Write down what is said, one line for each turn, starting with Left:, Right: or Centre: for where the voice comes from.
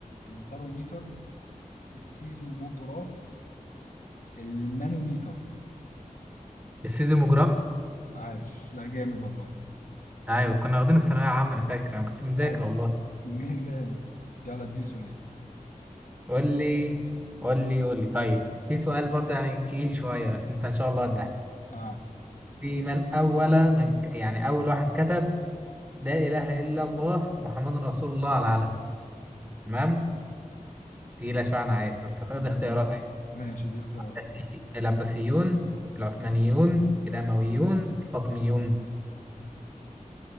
Left: الباروميتر السيزوموجراف المانوميتر
Right: السيزموجراف
Left: عايش لا جامد والله
Right: ايوه كنا واخدينه في ثانويه عامه انا فاكر انا كنت مذاكر
Left: ايوه
Right: والله
Left: <laughs> جامد يلا اديني سؤال
Right: قول لي قول لي قول لي طيب في سؤال برضه يعني تقيل شوية بس انت ان شاء الله ده
Left: اه
Right: في من اول من ك- يعني اول واحد كتب لا اله الا الله محمد رسول الله على العلم تمام تقيلة شوية انا عارف بس خد
Left: ما-
Right: اختيارات اهي
Left: ماشي دي اختيارات
Right: العباسي- العباسيون العثمانيون الامويون الفاطميون